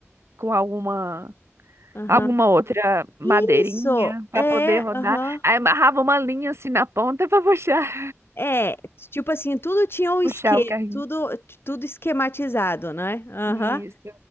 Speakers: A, on the right; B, on the left.
A: com alguma
B: aham.
A: alguma outra madeirinha
B: Isso,
A: para
B: é,
A: poder rodar.
B: aham.
A: Aí amarrava uma linha assim na ponta para puxar,
B: É, tipo assim, tudo tinha
A: <laughs>
B: um esquema,
A: puxar o carrinho.
B: tudo, tudo esquematizado, né? Aham,
A: Isso.